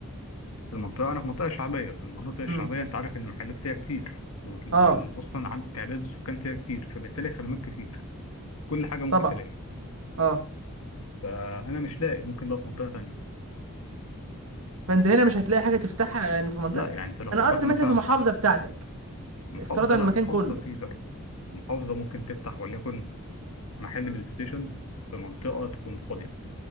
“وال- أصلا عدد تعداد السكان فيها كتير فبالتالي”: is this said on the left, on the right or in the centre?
Left